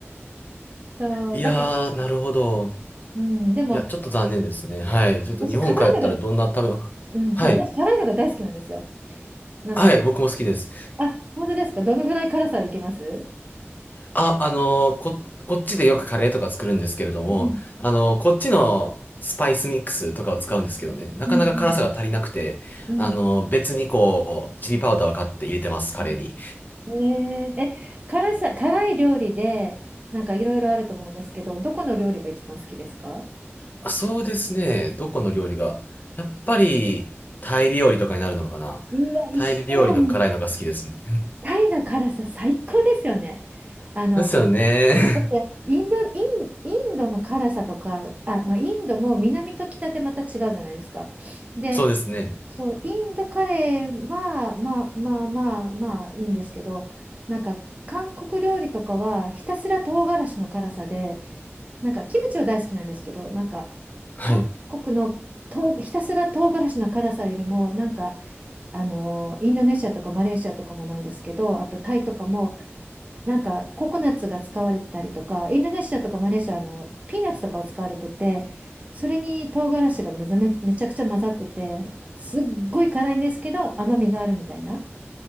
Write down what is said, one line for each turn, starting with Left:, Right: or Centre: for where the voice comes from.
Right: そう、
Left: いやー、
Right: だけど
Left: なるほど。
Right: うん、でも、
Left: いや、ちょっと残念ですね。はい。ちょっと日本帰ったらどんな食べ物。
Right: 私、辛いのが、うん、
Left: はい。
Right: そう、私、辛いのが大好きなんですよ。なので、
Left: はい、僕も好きです。
Right: あ、本当ですか。どのぐらい辛さいけます
Left: あ、あのーこ、こっちでよくカレーとか作るんですけれども、
Right: うん、
Left: あのーこっちのスパイスミックスとかを使うんですけどね、なかなか辛さが足りなくて、
Right: うん、うん、うん。
Left: あのー別にこう、チリパウダーを買って入れてます、カレーに。
Right: ねえー、え、辛さ、辛い料理で、なんかいろいろあると思うんですけど、どこの料理が一番好きですか
Left: あ、そうですね、どこの料理が。やっぱり、タイ料理とかになるのかな。
Right: うわ、一緒やん。
Left: タイ料理の辛いのが好きですね。
Right: タイの辛さ、最高ですよね。あの、
Left: ですよね。
Right: いやインド、
Left: <laughs>
Right: イン、インドの辛さとか、あ、まあ、インドも南と北でまた違うじゃないですか。で、
Left: そうですね。
Right: そう、インドカレーは、まあまあまあまあいいんですけど、なんか韓国料理とかはひたすら唐辛子の辛さで、なんかキムチは大好きなんですけど、なんか
Left: はい。
Right: 韓国の唐ひたすら唐辛子の辛さよりも、なんかあのインドネシアとかマレーシアとかもなんですけど、あとタイとかもなんかココナッツが使われたりとか、インドネシアとかマレーシアあのピーナッツとかを使われてて、それに唐辛子がめざめ、めちゃくちゃ混ざってて、すっごい辛いんですけど甘みがあるみたいな。